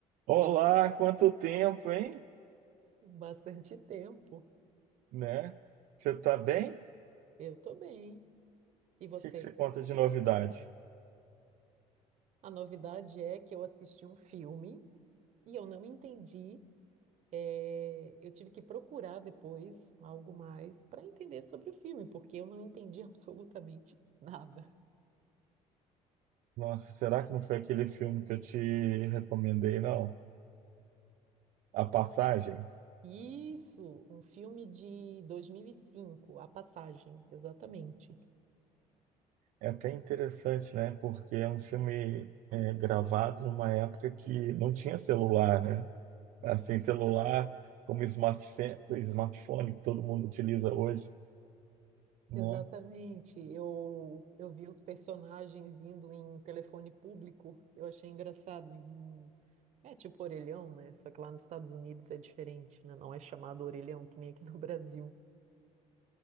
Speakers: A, on the right (about 55°); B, on the right (about 75°).
A: Foi
B: Olá, quanto tempo, hein?
A: bastante tempo.
B: Né? Você tá bem? O
A: Eu tô bem. E você?
B: que que você conta de novidade?
A: A novidade é que eu assisti um filme e eu não entendi. eh, Eu tive que procurar depois algo mais para entender sobre o filme, porque eu não entendi <laughs> absolutamente nada.
B: Nossa, será que não foi aquele filme que eu te recomendei, não? A Passagem?
A: Isso, um filme de dois mil e cinco A Passagem, exatamente.
B: É até interessante, né? Porque é um filme é, gravado numa época que não tinha celular, né? Assim, celular como smartphone, smartphone que todo mundo utiliza hoje, né?
A: Exatamente. Eu, eu vi os personagens indo em telefone público. Eu achei engraçado. indo num- É tipo orelhão, né? Só que lá nos Estados Unidos é diferente, né? Não é chamado orelhão, que nem aqui no Brasil.